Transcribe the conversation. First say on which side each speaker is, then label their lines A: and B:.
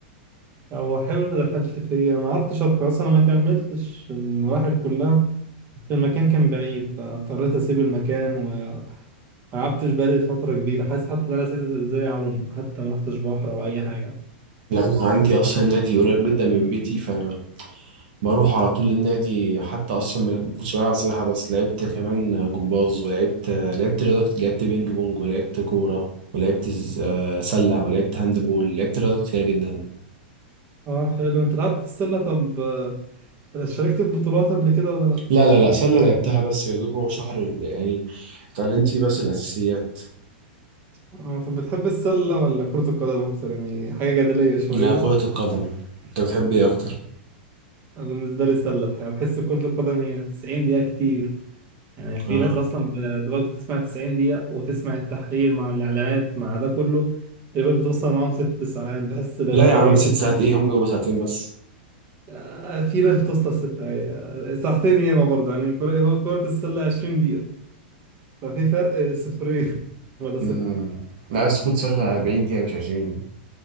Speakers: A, on the right; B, on the right.
A: هو حلو اني دخلت فيه انا ما عرفتش ادخل اصلا انا ما كملتش المراحل كلها المكان كان بعيد فاضطريت اسيب المكان وما لعبتش بالي فترة كبيرة حاسس حتى ان انا نسيت ازاي اعوم حتى ما رحتش بحر او اي حاجة
B: لا انا عندي اصلا نادي قريب جدا من بيتي فانا بروح على طول النادي حتى اصلا ما ما كنتش بلعب سباحه بس لعبت كمان جمباز ولعبت لعبت رياضه كتير، لعبت بينج بونج ولعبت كوره ولعبت ز- آه، سله ولعبت هاند بول لعبت رياضه كتير جدا
A: اه حلو انت لعبت السلة طب آه، شاركت في بطولات قبل كده ولا لا؟
B: لا لا لا سله لعبتها بس يا دوب هو شهر ال- يعني اتعلمت فيه بس الاساسيات
A: اه طب بتحب السلة ولا كرة القدم أكتر يعني حاجة جدلية شوية
B: لا كره القدم انت بتحب ايه اكتر
A: أنا بالنسبة لي السلة الحقيقة بحس كرة القدم هي 90 دقيقة كتير يعني في
B: اه
A: ناس أصلا دلوقتي بتسمع 90 دقيقة وتسمع التحليل مع الإعلانات مع ده كله تقريبا بتوصل معاهم ست ساعات بحس إن ده
B: لا
A: فراغ
B: يا عم ست
A: شوية
B: ساعات ايه هم بيبقوا ساعتين بس
A: آه، في ناس بتوصل ستة يعني آه، ساعتين ياما برضه يعني كرة هو كرة السلة 20 دقيقة ففي فرق آه، صفرين <laughs> ولا صفر
B: امم لا بس كنت سله 40 دقيقه مش 20